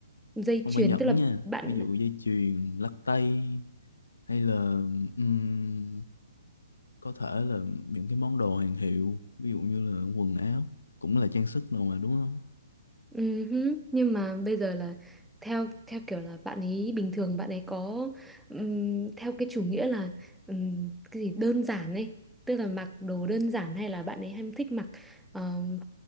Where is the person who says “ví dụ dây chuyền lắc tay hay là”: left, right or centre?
Left